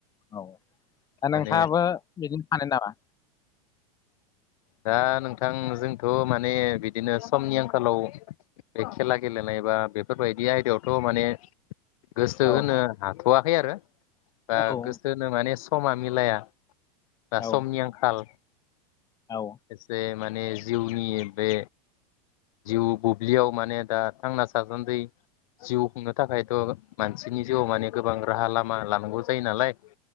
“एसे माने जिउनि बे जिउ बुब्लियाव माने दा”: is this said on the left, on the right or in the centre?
Left